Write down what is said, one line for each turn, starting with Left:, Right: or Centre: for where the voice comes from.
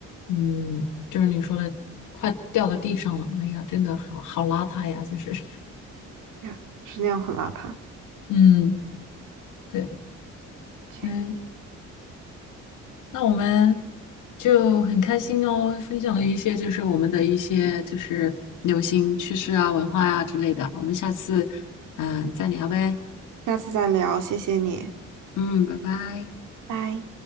Left: 嗯，就是你说的快掉到地上了，哎呀，真的好好邋遢呀，就是，<laughs>
Right: ，yeah, 是那样很邋遢。
Left: 嗯，对，
Right: OK，
Left: 哎，那我们就很开心哦，分享了一些就是我们的一些就是流行趋势啊、文化啊之类的，我们下次嗯、呃再聊呗，
Right: 下次再聊，谢谢你，
Left: 嗯，拜拜。
Right: 拜。